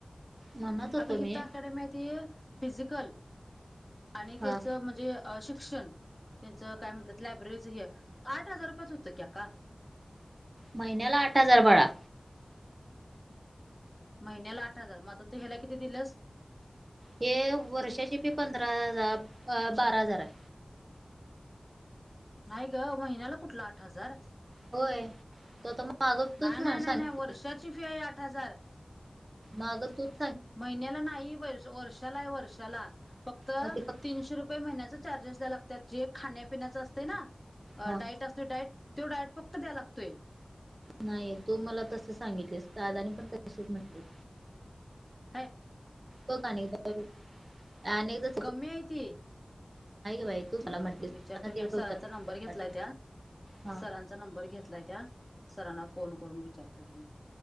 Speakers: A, on the right; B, on the left.
A: म्हणत होतो
B: अगं हित
A: मी
B: अकॅडमी आहे ती फिजिकल आणि त्यांचं
A: हा
B: म्हणजे शिक्षण त्यांचं काय म्हणतात लायब्ररीचं हे आठ हजार रुपयात होतं की आक्का
A: महिन्याला आठ हजार बाळा
B: महिन्याला आठ हजार मग आ तू ह्याला किती दिल्यास
A: हे वर्षाची फी पंधरा हजार अ बारा हजार हाय
B: नाही ग महिन्याला कुठल आठ हजार
A: होय त आता मग मागं
B: नाही
A: तूच म
B: नाही नाही
A: सांग
B: <unintelligible> फी आहे आठ हजार
A: मागतूच
B: महिन्याला नाही वर्षाला आहे वर्षाला फक्त
A: मग ते फक्त
B: तीनशे रुपये महिन्याच चार्जस दयाला लागत्यात जे खाण्या पीन्याच असतंय ना अ
A: हा
B: डायट आस डायट तो डायट फक्त द्या लागतोय
A: नाही तू मला तस सांगितलेस दादाने पण तसेच म्हटलेत
B: हय
A: बग आणि एकदा करून आणि एकदा
B: कमी आहे ती
A: बाई तू मला
B: बर,
A: म्हटलीस
B: बर विचारतो
A: आता
B: घ्या
A: ते
B: सरांचा
A: डोक्यात
B: नंबर घेतलाय त्या
A: हा
B: सरां चा नंबर घेतलाय त्या सरांना फोन करून विचारतो की मी